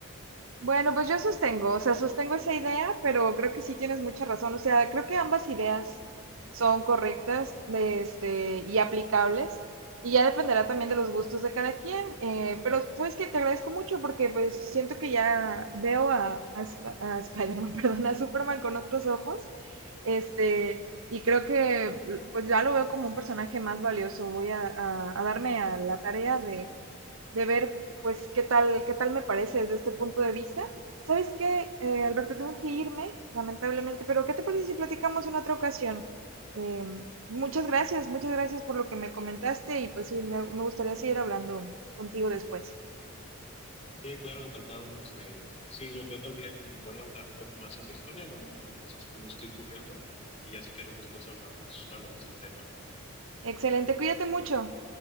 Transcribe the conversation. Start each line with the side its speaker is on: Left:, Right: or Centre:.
Right: Bueno, pues yo sostengo, o sea, sostengo esa idea, pero creo que sí tienes mucha razón. O sea, creo que ambas ideas son correctas, de este, y aplicables, y ya dependerá también de los gustos de cada quien. eh, pero sabes que te agradezco mucho porque pues siento que ya veo a, a Sp- a Spider-Man, <laughs> perdón, a Superman con otros ojos, este, y creo que pues ya lo veo como un personaje más valioso. Voy a, a a darme a la tarea de de ver, pues, qué tal, qué tal me parece desde este punto de vista. ¿Sabes qué, eh, Alberto? Tengo que irme, lamentablemente, pero ¿qué te parece si platicamos en otra ocasión? Em, muchas gracias, muchas gracias por lo que me comentaste y pues sí, me me gustaría seguir hablando contigo después.
Left: Sí, claro, encantado. Este, sí, yo, yo también voy a ahondar un poco más en la historia, a lo mejor hay cosas que no estoy cubriendo, y ya si quieres después hablamos, hablamos del tema.
Right: Excelente, cuídate mucho.